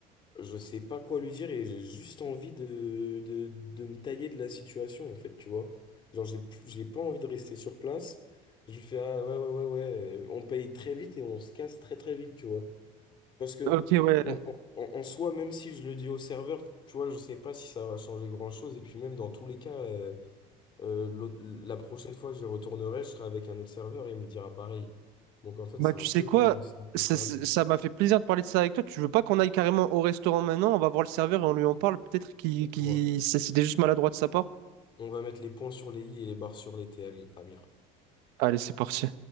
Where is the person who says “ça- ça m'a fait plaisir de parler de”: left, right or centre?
Right